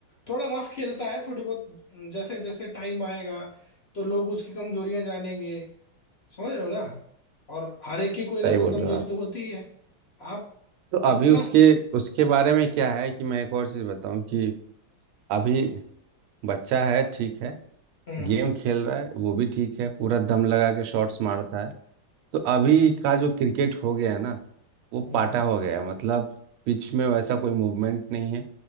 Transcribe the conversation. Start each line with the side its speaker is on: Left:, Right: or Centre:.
Left: थोड़ा रफ खेलता है थोड़ी बहुत जैसे जैसे टाइम आएगा तो लोग उसकी कमजोरियां जानेंगे समझ रहे हो ना और हर एक की कोई ना
Right: सही बोल
Left: कोई कमजोरी
Right: रहे हो आप
Left: तो होती ही है आप
Right: तो अभी
Left: इतना
Right: उसके उसके बारे में क्या है कि मैं एक और चीज बताऊं कि अभी बच्चा है ठीक है
Left: हम्म
Right: गेम
Left: हम्म
Right: खेल रहा है वो भी ठीक है पूरा दम लगा के शॉट्स मारता है तो अभी का जो क्रिकेट हो गया है ना वो
Left: हम्म।
Right: पाटा हो गया है मतलब पिच में वैसा कोई मूवमेंट नहीं है